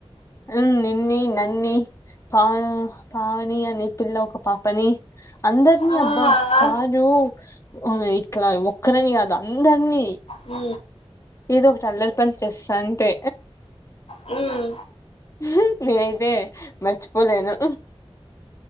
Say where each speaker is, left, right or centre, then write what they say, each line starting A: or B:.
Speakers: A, on the left (about 30°); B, on the left (about 70°).
A: ఊ నిన్నీ నన్నీ పా పావని అనే పిల్ల ఒక పాపని అందరినీ
B: ఆ
A: అబ్బా సారు
B: ఆ
A: కు ఇట్లా ఒక్కరని కాదు అందరినీ
B: ఊ
A: ఏదో ఒకటి అల్లరి పని చేస్తా అంటే
B: హ్మ్
A: ఉహు నేనైతే మర్చిపోలేను